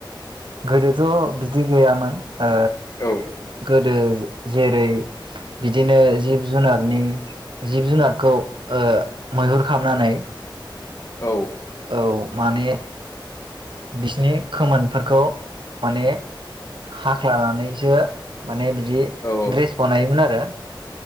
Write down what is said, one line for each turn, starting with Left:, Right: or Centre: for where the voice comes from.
Right: गोदोथ' बिदि गैयामोन ओ
Left: औ
Right: गोदो जेरै-बिदिनो जिब जुनारनि जिब जुनारखौ अ मैहुर खामनानै
Left: औ
Right: औ माने बिसोरनि खोमोनफोरखौ माने हाख्लानानैसो माने बिदि
Left: औ
Right: ड्रेस बानायोमोन आरो